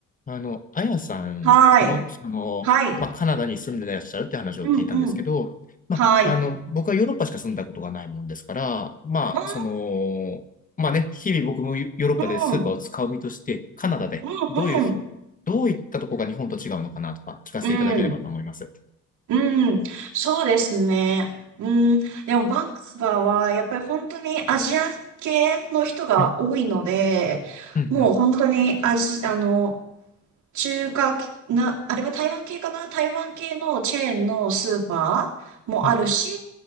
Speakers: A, on the left; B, on the right.
A: あの、あやさんの、
B: はい。
A: その、
B: はい。
A: まあ、カナダに住んでらっしゃるって話を聞いたんですけど、
B: うん、うん。
A: まあ、
B: はい。
A: あの、僕はヨーロッパしか住んだことがないもんですから、まあ、
B: うん、
A: その、まあね、日々僕もヨーロッパでスーパーを使う身として、
B: うん、
A: カナダでどういう、
B: うん、
A: どういったとこが日本と違うのかなとか聞かせていただければと思います。
B: うん、うん。そうですね。うん。でも、バンクスバーは、やっぱり本当にアジア系の人が多いので、
A: はい。うんうん。
B: もう本当にアジ、あの、中華系、な、あれは台湾系かな台湾系のチェーンのスーパーもあるし、
A: うん。